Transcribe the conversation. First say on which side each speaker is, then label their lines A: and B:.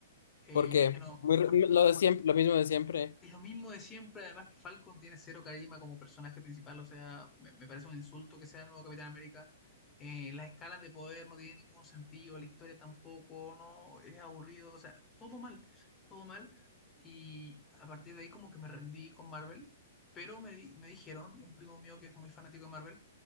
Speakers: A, on the left; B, on the left.
A: Eh,
B: Porque
A: y dije, no,
B: muy, re-
A: ¿por
B: lo de siempre, lo mismo de siempre.
A: Es lo mismo de siempre, además que Falcon tiene cero carisma como personaje principal, o sea, me, me parece un insulto que sea el nuevo Capitán América. Eh, las escalas de poder no tienen ningún sentido, la historia tampoco, no, es aburrido, o sea, todo mal, todo mal. Y a partir de ahí como que me rendí con Marvel, pero me, di- me dijeron, un primo mío que es muy fanático de Marvel,